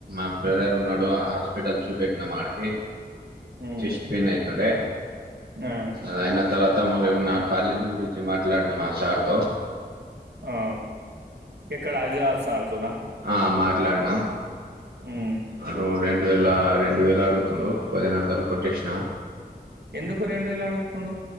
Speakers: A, on the right; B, on the right.
A: అప్పు ఉన్నడు ఆ హాస్పిటల్ చూపెట్నమాడికి
B: ఉమ్
A: చెస్ట్ పయిన్ అవుతుండే
B: ఆ
A: అయ్యన తర్వాత మరేమో కాలేజ్ గురించి మాట్లాడనం ఆ సార్తో
B: ఆ ఇక్కడ <unintelligible> సార్ తో నా
A: ఆ మాట్లాడిన్నా
B: మ్మ్
A: అడు రెండు వేల రెండు వేల అడుగుతుండు పదిహేను వందలు కొట్టేసిన
B: ఎందుకు రెండు వేలు ఆడుగుతు డు